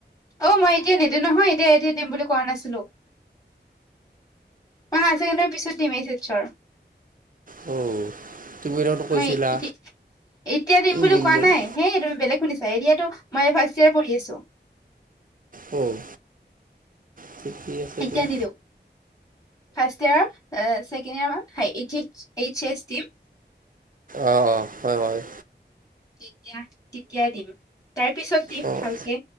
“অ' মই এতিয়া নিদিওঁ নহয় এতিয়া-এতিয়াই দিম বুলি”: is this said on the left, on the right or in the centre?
Left